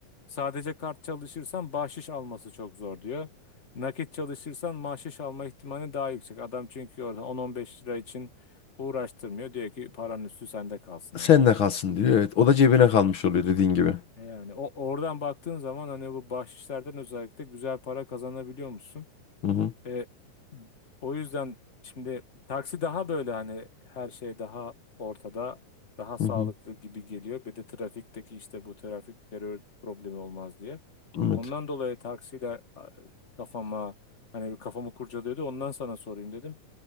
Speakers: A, on the left (about 30°); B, on the left (about 50°).
A: sadece kart çalışırsan bahşiş alması çok zor diyor. Nakit çalışırsan bahşiş alma ihtimali daha yüksek. Adam çünkü orada 10-15 lira için uğraştırmıyor. Diyor ki paranın üstü sende kalsın yani.
B: Sen de kalsın diyor. Evet. O da cebine kalmış oluyor dediğin gibi.
A: E Yani o oradan baktığın zaman hani bu bahşişlerden özellikle güzel para kazanabiliyor musun?
B: Hı hı.
A: E, o yüzden şimdi taksi daha böyle hani her şey daha ortada, daha
B: Hı
A: sağlıklı
B: hı.
A: gibi geliyor. Bir de trafikteki işte bu trafik terör problemi olmaz diye.
B: Evet.
A: Ondan dolayı taksiyle a, kafama hani bir kafamı kurcalıyordu. Ondan sana sorayım dedim.